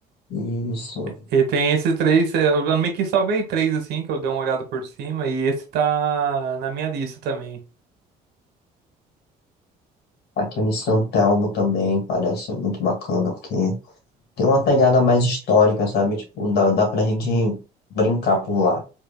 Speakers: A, on the left (about 75°); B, on the right (about 75°).
A: Isso.
B: E, e tem esses três, eh, eu meio que salvei três assim, que eu dei uma olhada por cima, e esse tá na minha lista também.
A: Aquele em São Telmo também parece muito bacana, porque tem uma pegada mais histórica, sabe? Tipo, dá, dá pra gente brincar por lá.